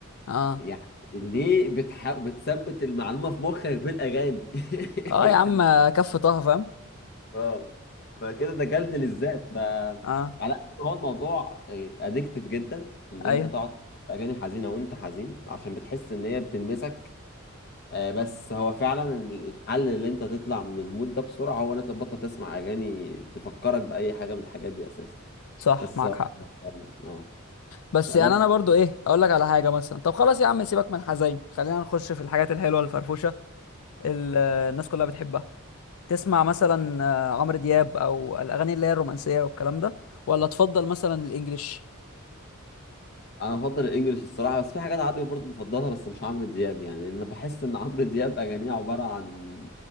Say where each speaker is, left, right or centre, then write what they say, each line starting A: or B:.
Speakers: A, on the left; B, on the left.
A: اه
B: يعني ليه بتحاول بتثبت المعلومه في مخك بالاغاني <laughs>
A: اه
B: يعني
A: يا عم كف طه فاهم
B: اه فكده ده جلد للذات ف
A: اه
B: على قد ما هو الموضوع ادكتيف جدا ان
A: ايوه
B: انت تقعد تسمع اغاني حزينه وانت حزين عشان بتحس ان هي بتلمسك آه، بس هو فعلا الحل اللي انت تطلع من المود ده بسرعه هو ان انت تبطل تسمع اغاني تفكرك باي حاجه من الحاجات دي اساسا
A: صح
B: بس
A: معاك
B: اه
A: حق
B: آه.
A: بس
B: فبس
A: يعني انا برضو ايه اقول لك على حاجه مثلا طب خلاص يا عم سيبك من الحزين خلينا نخش في الحاجات الحلوه الفرفوشه ال- الناس كلها بتحبها تسمع مثلا آه، عمرو دياب او الاغاني اللي هي الرومانسيه والكلام ده ولا تفضل مثلا الانجليش
B: انا بفضل الانجليش الصراحه بس في حاجات عربي برضه بفضلها بس مش عمرو دياب يعني انا بحس ان عمرو دياب اغانيه عباره عن